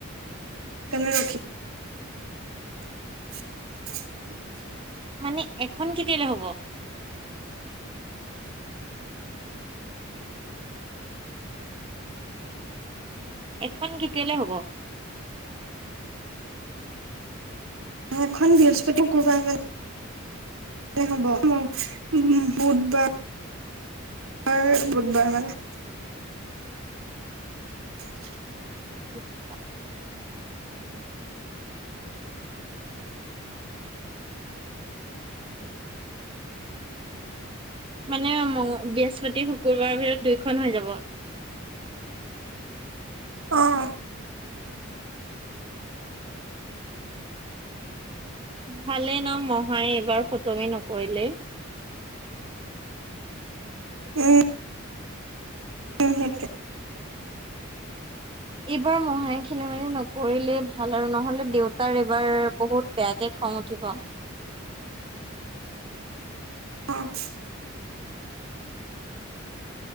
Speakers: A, on the right (about 85°); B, on the right (about 25°).
A: সেইকাৰনে ৰখি <inaudible>
B: মানে এখন কেতিয়ালৈ হ'ব এখন কেতিয়ালৈ হব
A: এখন বৃহস্পতি শুকুৰবাৰ মানে হ'ব উ বুধবাৰ বুধ বুধবাৰ মানে <unintelligible>
B: উপ <inaudible> মানে ম বৃহস্পতি শুকুৰবাৰৰ ভিতৰত দুই ফোন হৈ যাব <inaudible>
A: অ <inaudible>
B: ভালে ন মহাই এইবাৰ ফটোমে ন কৰিলে <inaudible>
A: উম <inaudible> উম সেইটো
B: এইবাৰ মহহাই কেনে মে নকৰিলে ভাল আৰু নহ'লে দেউতাৰ এইবাৰ বহুত বেয়াকে খং উঠিব <inaudible>
A: অ <inaudible>